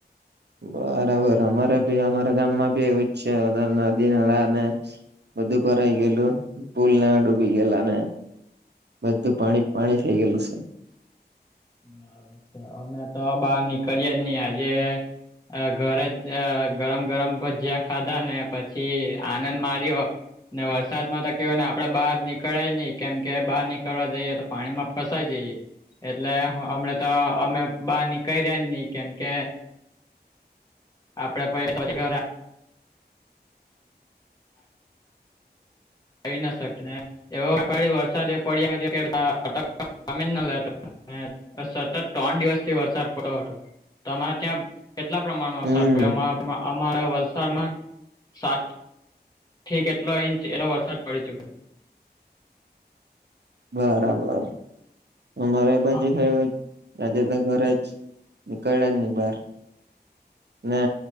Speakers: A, on the right; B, on the left.
A: બરાબર અમારા ભી અમારા ગામમાં ભી એવુંજ છે, બધી નદી, નાળા ને બધું ભઈ ગયલું, પુલ ના ડૂબી ગયેલા ને. બધું પાણી પાણી થઈ ગયેલું સે.
B: બરાબર છે, અમે તો બાર નિકળ્યાજ નહી આજે અ ઘરે જ ગરમ ગરમ ભજીયા ખાધા, ને પછી આનંદ માર્યો. ને વરસાદ માતો કેહેવાય ને, આપડે બહાર નીકળાય નહી, કેમ કે બહાર નીકળવા જઈએ તો પાણીમાં ફસાઈ જઈએ. લે હ હમે તો હમે બાર નિકળ્યાજ ની કેમ કે આપડે પ પછી ઘરે આવી ના શકીએ, ને એવો કઈ વરસાદ એ પડ્યો છે કે તા અટકતો <unintelligible> સામીન નો લેતો, અ સતત ત્રણ દિવસથી વરસાદ પડતો હતો. તમારે ત્યાં કેટલા પ્રમાણમાં
A: હમ
B: વસાદ પડ્યો? અમા અમારા વલસાડમાં સાત ઠી કેટલો ઇંચ એટલો વરસાદ પડી ચુક્યો.
A: બરાબર, અમારે
B: હા.
A: બાજુ હે એવુંજ. રાજેકા ઘરેજ નિકળ્યાજ ની બહાર. ને